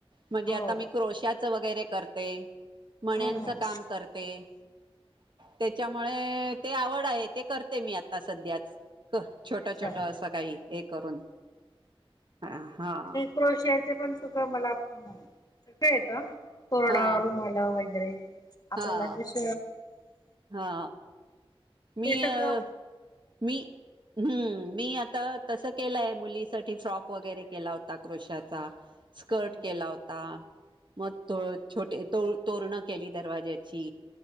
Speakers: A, on the right; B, on the left.
A: म्हणजे
B: हो
A: आता
B: हो
A: मी क्रोशाचं वगैरे करते. मण्याचं
B: हो
A: काम करते. त्याच्यामुळे ते आवड आहे ते करते मी आता सध्याच. कर छोट
B: अच्छा
A: छोट असं काही हे करून हा - हा.
B: क्रोशियाच पण सुख मला सगळं येतं पण
A: हा
B: रुमाल <unintelligible> वगैरे आपल्याला
A: हा
B: जश
A: हा मी
B: ते सगळं
A: अ मी हम्म मी आता तसं केलंय मुलीसाठी फ्रॉक वगैरे केला होता क्रोशाचा. स्कर्ट
B: हं, हं.
A: केला होता. मग तोळ छोटे तोळ तोरण केली दरवाज्याची.